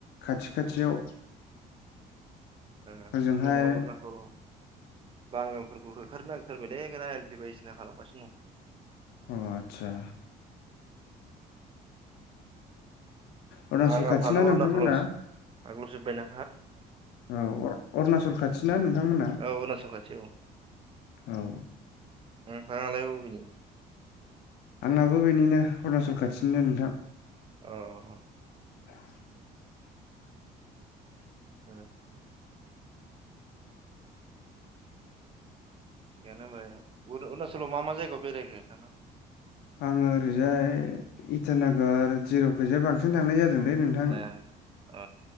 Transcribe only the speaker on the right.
उम
जोंना उरणाचल बांगालफोरखौ होखारनो नागिरथारबायलै <unintelligible> एल पि बायदिसिना खालामगासिनो दं
बांगाल
फोरानो
उलनासलयावसो खारगुलुं जोबायना
औ अरुणाचल खाथि औ
नोंथां
अ
<unintelligible> थिगानो होमबा अरुणाचलाव मा मा जायगायाव बेरायखो नोंथांङा
ए अ